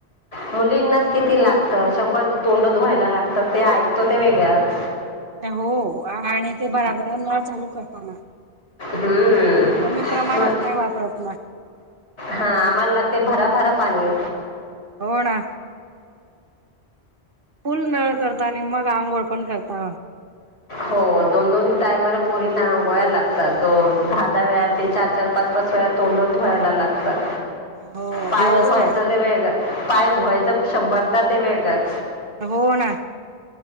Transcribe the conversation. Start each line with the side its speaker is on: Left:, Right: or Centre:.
Left: मुलींनाच किती लागत शंभर तोंड धुवायला लागतं ते ऐ तो ते वेगळत
Right: हो आणि ते बराबर चालू करताना
Left: हम्म.
Right: कमी प्रमाणात नाही वापरत ना
Left: हा आमलाग भरा भरा पाणी
Right: होना. फुल नळ करता आणि मग आंघोळ पण करता?
Left: हो दोन दोन टायमाला पोरी ना आंगोयला लागतात दो दहा दहा वेळा ते चार चार पाच पाच वेळा तोंड धुवायला लागतात.
Right: हो
Left: पाय
Right: दिवसभर
Left: धुवायचं ते वेगं पाय धुवायचं शंभरदा ते वेगच.
Right: हो ना.